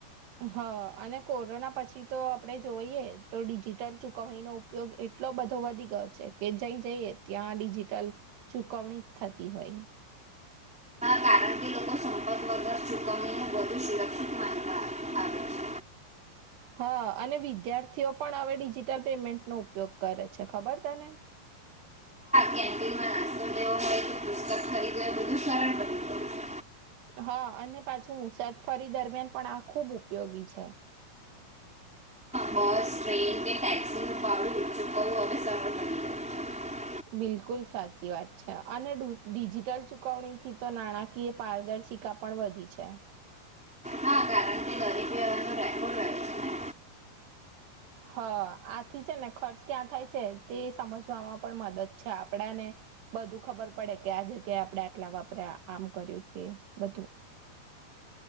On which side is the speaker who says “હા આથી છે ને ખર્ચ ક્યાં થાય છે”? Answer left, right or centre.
Right